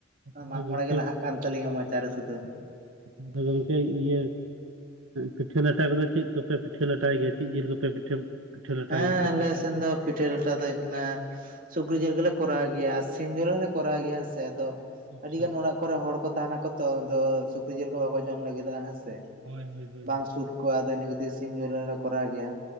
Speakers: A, on the right; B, on the right.
A: ᱟᱫᱚ
B: ᱢᱟᱜ ᱢᱚᱬᱮ
A: ᱜᱚᱝᱠᱮ
B: ᱜᱮ ᱞᱟᱦᱟᱜ ᱠᱟᱱ ᱛᱟᱹᱞᱤᱧᱟ ᱢᱚᱪᱟᱨᱮ ᱥᱩᱫᱩ
A: ᱟᱫᱚ ᱜᱚᱢᱠᱮ ᱤᱭᱟᱹ ᱯᱤᱴᱷᱟᱹ ᱞᱟᱴᱷᱟ ᱠᱚᱫᱚ ᱪᱮᱫ ᱠᱚᱯᱮ ᱯᱤᱴᱷᱟᱹ ᱞᱟᱴᱷᱟᱭ ᱜᱮᱭᱟ ᱪᱮᱫ ᱡᱤᱞ ᱠᱚᱯᱮ ᱯᱤᱴᱷᱟᱹ ᱯᱤᱴᱷᱟᱹ ᱞᱟᱴᱷᱟᱭ
B: ᱦᱮᱸ
A: ᱜᱮᱭᱟ ᱥᱚᱨᱦᱟᱭ
B: ᱟᱞᱮ
A: ᱠᱚᱨᱮ
B: ᱥᱮᱱ ᱫᱚ ᱯᱤᱴᱷᱟᱹ ᱞᱟᱴᱷᱟ ᱫᱚ ᱦᱩᱭᱩᱜ ᱠᱟᱱᱟ ᱥᱩᱠᱨᱤ ᱡᱤᱞ ᱜᱮᱞᱮ ᱠᱚᱨᱟᱣ ᱜᱮᱭᱟ ᱟᱨ ᱥᱤᱢ ᱡᱤᱞ ᱦᱚᱸᱞᱮ ᱠᱚᱨᱟᱣ ᱜᱮᱭᱟ ᱦᱮᱸ ᱥᱮᱮ ᱟᱫᱚ
A: ᱟᱪᱪᱷᱟ
B: ᱟᱹᱰᱤ ᱜᱟᱱ ᱚᱲᱟᱜ ᱠᱚᱨᱮ ᱦᱚᱲ ᱠᱚ ᱛᱟᱦᱮᱱᱟᱠᱚ ᱛᱚ ᱩᱱ ᱫᱚ ᱥᱩᱠᱨᱤ ᱡᱤᱞ ᱠᱚ ᱵᱟᱠᱚ ᱡᱚᱢ ᱞᱟᱹᱜᱤᱫᱚᱜ-ᱟ ᱦᱮᱸ ᱥᱮ
A: ᱦᱳᱭ ᱦᱳᱭ ᱦᱳᱭ
B: ᱵᱟᱝ ᱥᱩᱴ ᱠᱚᱣᱟ ᱟᱫᱚ ᱤᱱᱟ ᱠᱷᱟᱹᱛᱤᱨ ᱥᱤᱢ ᱡᱤᱞ ᱞᱮ ᱠᱚᱨᱟᱣ ᱜᱮᱭᱟ